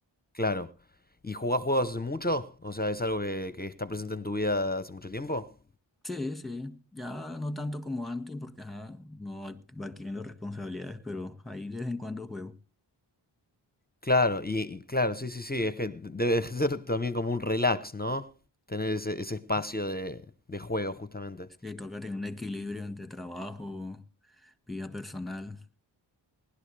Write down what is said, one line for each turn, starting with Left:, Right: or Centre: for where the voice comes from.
Left: claro. ¿Y jugás juegos hace mucho? O sea, ¿es algo que, que está presente en tu vida hace mucho tiempo?
Centre: Sí, sí, ya no tanto como antes, porque ajá, no ad- va adquiriendo responsabilidades, pero ahí de vez en cuando juego.
Left: Claro, y, y claro, sí, sí, sí, es que debe <laughs> ser también como un relax, ¿no? Tener ese, ese espacio de, de juego, justamente.
Centre: Sí, toca tener un equilibrio entre trabajo, vida personal.